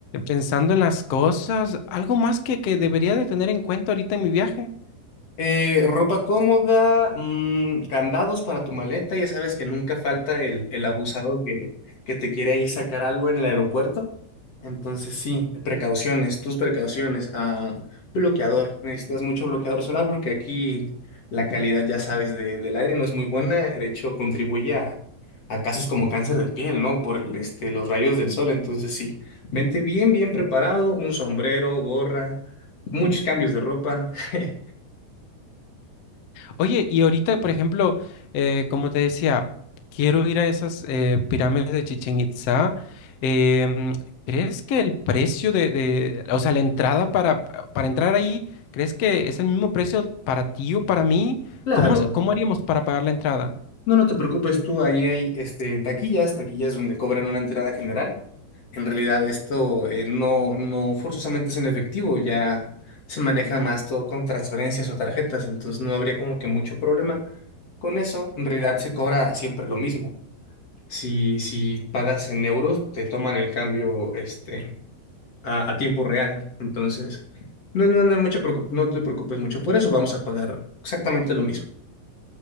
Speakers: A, on the left; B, on the left.
A: pensando en las cosas. Algo más que, que debería de tener en cuenta ahorita en mi viaje.
B: Eh, ropa cómoda, mm, candados para tu maleta, ya sabes que nunca falta el, el abusado que, que te quiere ahí sacar algo en el aeropuerto. Entonces sí, precauciones, tus precauciones. Ah, bloqueador, necesitas mucho bloqueador solar porque aquí la calidad, ya sabes, de- del aire no es muy buena. De hecho, contribuye a, a casos como cáncer de piel, ¿no? Por el, este, los rayos del sol. Entonces sí, vente bien, bien preparado, un sombrero, gorra, muchos cambios de ropa. <laughs>
A: Oye, y ahorita, por ejemplo, eh, como te decía, quiero ir a esas eh, pirámides de Chichén Itzá. Em, ¿crees que el precio de, de- o sea, la entrada para, para entrar ahí, ¿crees que es el mismo precio para ti o para mí?
B: Claro,
A: ¿Cómo, cómo haríamos para pagar la entrada?
B: no, no te preocupes tú, ahí hay este, taquillas, taquillas donde cobran una entrada general. En realidad esto eh, no, no forzosamente es en efectivo, ya se maneja más todo con transferencias o tarjetas, entonces no habría como que mucho problema. Con eso, en realidad se cobra siempre lo mismo. Si, si pagas en euros, te toman el cambio este, a, a tiempo real, entonces no, no, no hay mucha preocup- no te preocupes mucho por eso, vamos a pagar exactamente lo mismo.